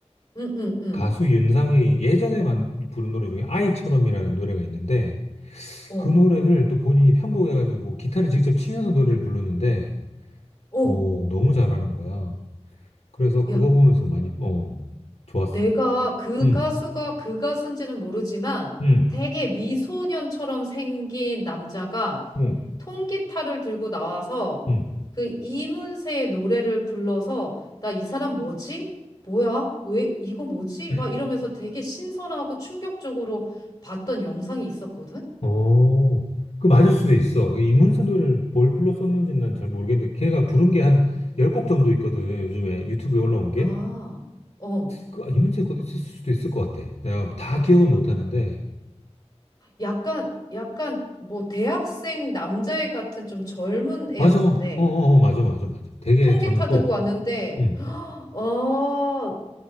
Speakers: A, on the left; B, on the left.
A: 응, 응, 응.
B: 가수 윤상이 예전에 만 부른 노래 중에 아이처럼이라는 노래가 있는데,
A: 어,
B: 그 노래를 또 본인이 편곡해가지고 기타를 직접 치면서 노래를 부르는데,
A: 어.
B: 어, 너무 잘하는 거야. 그래서 그거
A: 야,
B: 보면서 많이, 어, 좋았어.
A: 내가 그
B: 응,
A: 가수가 그 가수인지는 모르지만
B: 응,
A: 되게 미소년처럼 생긴 남자가
B: 응,
A: 통기타를 들고 나와서
B: 응,
A: 그 이문세의 노래를 불러서 나 이 사람 뭐지? 뭐야? 왜 이거 뭐지?
B: 응.
A: 막 이러면서 되게 신선하고 충격적으로 봤던 영상이 있었거든?
B: 어, 그 맞을 수도 있어. 이 이문세 노래를 뭘 불러 썼는지는 난 잘 모르겠는데 걔가 부른 게 한 열 곡 정도 있거든. 요즘에 유튜브에 올라온 게.
A: 아, 어.
B: 그 아, 이문세 것도 있을 수도 있을 것 같아. 내가 다 기억은
A: 아,
B: 못 하는데.
A: 약간, 약간 뭐 대학생 남자애 같은 좀 젊은 애였는데
B: 맞아. 어, 어, 어, 맞아, 맞아, 맞아. 되게
A: 통기타
B: 젊고.
A: 들고 왔는데
B: 응.
A: 어,